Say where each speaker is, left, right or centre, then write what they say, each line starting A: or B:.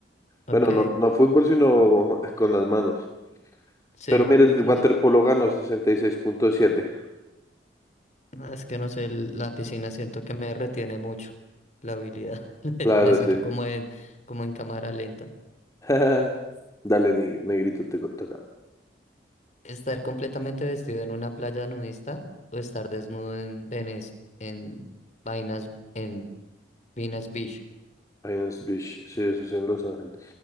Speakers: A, on the left; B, on the left.
A: Ok,
B: Bueno, no, no fútbol, sino <laughs> con las manos.
A: sí,
B: Pero mire, el
A: sí.
B: waterpolo
A: sí.
B: ganó sesenta y seis punto siete.
A: No, Es que no sé, el- la piscina siento que me retiene mucho la habilidad. <laughs>
B: Claro,
A: Me siento
B: sí.
A: como en, como en cámara lenta.
B: <laughs> Dale, neg- negrito, te toca.
A: Estar completamente vestido en una playa nudista o estar desnudo en Venecia, en vainas, en Venus Beach.
B: Pines Beach, sí, eso es en Los Ángeles.